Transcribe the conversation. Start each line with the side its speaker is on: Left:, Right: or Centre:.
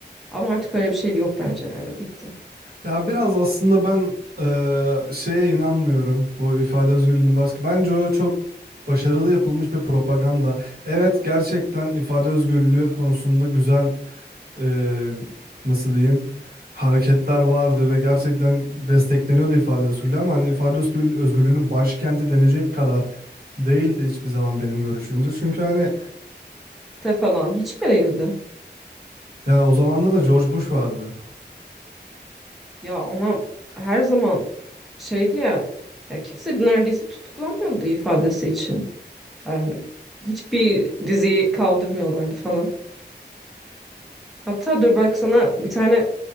Centre: Ama artık öyle bir şey yok bence. yani Hani bitti.2005'te
Right: Ya biraz aslında ben eee, şeye inanmıyorum bu ifade özgürlüğünün baskı. Bence o çok başarılı yapılmış bir propaganda. Evet gerçekten ifade özgürlüğü konusunda güzel eee, nasıl diyeyim hareketler vardı ve gerçekten destekleniyordu ifade özgürlüğü ama hani ifade özgürlüğü, özgürlüğünün başkenti denecek kadar değildi hiçbir zaman benim görüşümce. Çünkü hani
Centre: falan hiç mi değildi?
Right: yani o zamanda da George Bush vardı.
Centre: Ya ama her zaman şeydi ya, ya kimse neredeyse tutuklanmıyordu ifadesi için. Yani hiçbir diziyi kaldırmıyorlardı falan. Hatta dur bak sana bir tane